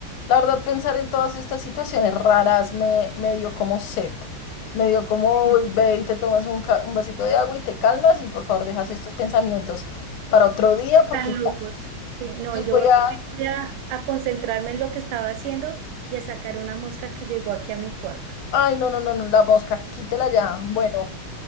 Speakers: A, on the left; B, on the right.
A: la verdad, pensar en todas estas situaciones raras me, me dio como sed. Me dio como,
B: Sí,
A: "Uy, ve y te tomas un, ca- un vasito de agua y te calmas y por favor dejas
B: sí,
A: estos pensamientos para otro día porque
B: tan
A: ya,
B: locos. Sí, no,
A: entonces
B: y yo
A: voy a...
B: también voy a, a concentrarme en lo que estaba haciendo y a sacar una mosca que llegó aquí a mi cuarto.
A: Ay, no, no, no, no, la mosca, quítela ya. Bueno,